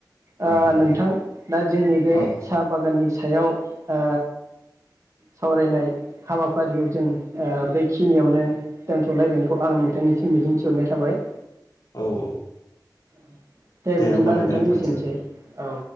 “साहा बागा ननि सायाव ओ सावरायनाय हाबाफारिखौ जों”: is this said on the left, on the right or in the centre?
Right